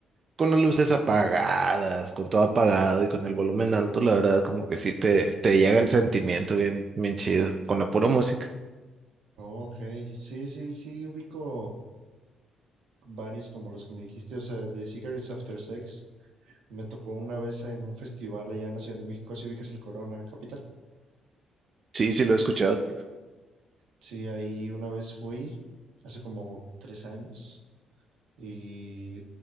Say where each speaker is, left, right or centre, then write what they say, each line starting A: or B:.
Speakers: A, on the right; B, on the right.
A: con las luces apagadas, con todo apagado y con el volumen alto, la verdad, como que sí te, te llega el sentimiento bien, bien chido, con la pura música.
B: Ok, sí, sí, sí, ubico varios como los que me dijiste, o sea, de Cigarettes After Sex. Me tocó una vez en un festival allá en la Ciudad de México, si ubicas el Corona Capital.
A: Sí, sí lo he escuchado.
B: Sí, ahí una vez fui, hace como tres años, y,